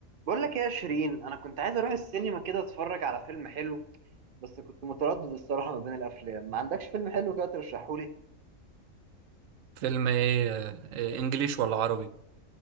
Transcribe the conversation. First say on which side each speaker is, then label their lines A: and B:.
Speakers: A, on the right (about 50°); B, on the right (about 70°).
A: بقول لك ايه يا شيرين انا كنت عايز اروح السينما كده اتفرج على فيلم حلو بس كنت متردد الصراحه ما بين الافلام ما عندكش فيلم حلو كده ترشحهولي
B: فيلم ايه آه، آه، انجليش ولا عربي